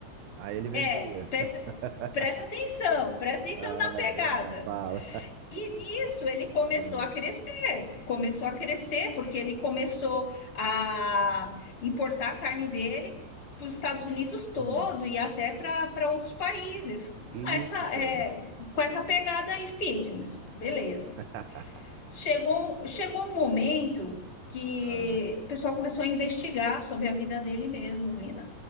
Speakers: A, on the right; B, on the left.
A: Aí ele vendia.
B: É, presta,
A: <laughs>
B: presta atenção, presta atenção
A: Ah,
B: na pegada.
A: vai, fala.
B: E nisso ele começou
A: Hum,
B: a crescer, começou a crescer, porque ele começou a importar a carne dele para os Estados Unidos todo
A: hum,
B: e até para para outros países,
A: que isso,
B: com essa,
A: cara?
B: é, com essa pegada aí fitness, beleza.
A: <laughs>
B: Chegou, chegou um momento que
A: Ah,
B: o pessoal começou a investigar sobre a vida dele mesmo, Mina